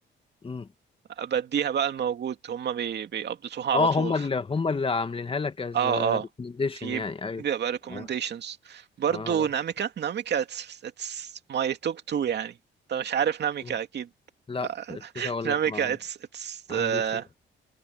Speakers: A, on the left (about 25°); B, on the right (about 60°).
A: مم.
B: بديها بقى الموجود هما بي بيقبضتوها على
A: اه
B: طول
A: هم
B: ف...
A: اللي هم اللي عاملينها لك از
B: اه اه
A: ريكومنديشن
B: في
A: يعني ايوه
B: بيبقى recommendations
A: اه
B: برضو
A: اه
B: ناميكا ناميكا it's, it's my top two يعني انت مش عارف ناميكا
A: آه.
B: اكيد
A: لا كنت
B: <laughs>
A: اقول
B: ناميكا
A: لك ما
B: it's it's
A: عنديش
B: uh,